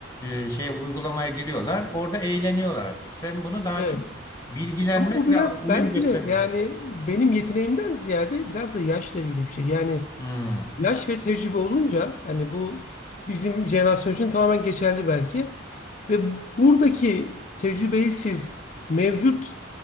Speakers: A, on the left; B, on the left.
A: e, e, şey uygulamaya giriyorlar. Orada eğleniyorlar. Sen bunu daha
B: evet.
A: çok bilgilenmek
B: Ama bu biraz
A: ve uyum
B: belki
A: göstermek.
B: de yani benim yeteneğimden ziyade biraz da yaşla ilgili bir şey. Yani
A: Hmm.
B: yaş ve tecrübe olunca hani bu bizim jenerasyon için tamamen geçerli belki. Ve buradaki tecrübeyi siz mevcut